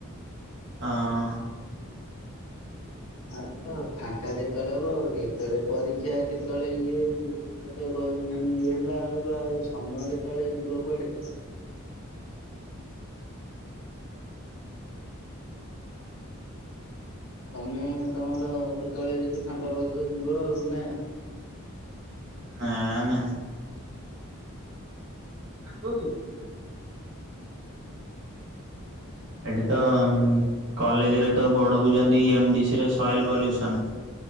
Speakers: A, on the right (about 55°); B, on the left (about 85°).
A: ହଁ ହଁ
B: ଆ ଫାଙ୍କା କେତେବେଳେ ହବ କେତେବେଳେ ପରୀକ୍ଷା କେତେବେଳେ ଇଏ ତେ ମାନେ ଇଏ ହେଲା ବେଳକୁ ଆଉ ସମୟ କେତେବେଳେ ଯିବ କୁଆଡେ ତମେ ତମର ଯେତେବେଳେ ଯଦି ଫାଙ୍କା ପାଉଥିବ ଯିବ ଆଉ ନା
A: ନା ନା ସାଙ୍ଗ କି ଏଠି
B: ଆଉ
A: ତ କଲେଜରେ ତ ବଢଉଛନ୍ତି ଏମଡି ସି ର ସଏଲ ପଲ୍ୟୁସନ